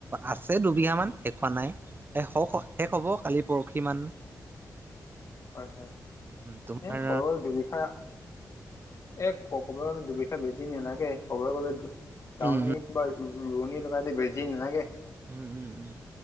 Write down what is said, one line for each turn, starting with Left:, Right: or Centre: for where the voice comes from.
Right: আছে দুবিঘামান শেষ হোৱা নাই শ শেষ হ'ব কালি পৰখি মান
Left: হয় হয়
Right: তোমাৰ
Left: এ কৰ দুবিঘা এ ক কব গ'লে দুবিঘা বেছিদিন নেলাগে ক'বলৈ গ'লে দাৱনী
Right: উম
Left: বা ৰুৱনি লগাই যে বেছি দিন নালাগে
Right: ওম উম